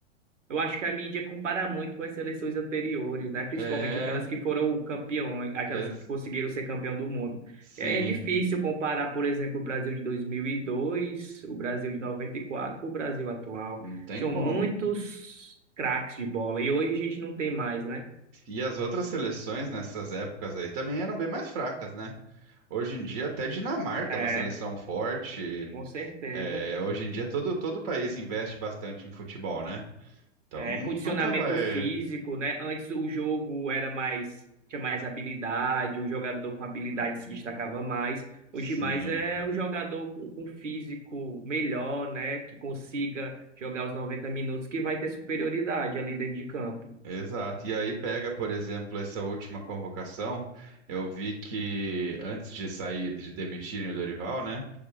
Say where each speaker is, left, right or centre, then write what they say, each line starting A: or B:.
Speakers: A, on the right; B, on the right.
A: Eu acho que a mídia compara muito com as seleções anteriores, né? Principalmente
B: É,
A: aquelas que foram campeões, aquelas
B: ex-
A: que conseguiram ser campeão do mundo.
B: sim,
A: E aí é difícil comparar, por exemplo, o Brasil de 2002, o Brasil de 94 com o Brasil atual.
B: não tem
A: Tinham
B: como.
A: muitos craques de bola e hoje a gente não tem mais, né?
B: E as outras seleções nessas épocas aí também eram bem mais fracas, né? Hoje em dia, até Dinamarca
A: É,
B: é uma seleção forte.
A: com certeza.
B: É, hoje em dia, todo, todo país investe bastante em futebol, né? Então
A: É, condicionamento
B: nunca vai.
A: físico, né? Antes o jogo era mais, tinha mais habilidade, o jogador com habilidade se destacava mais. Hoje
B: Sim,
A: mais é o jogador com, com físico melhor, né? Que consiga jogar os 90 minutos, que vai ter superioridade ali dentro de campo.
B: exato. E aí pega, por exemplo, essa última convocação. Eu vi que antes de sair, de demitirem o Dorival, né?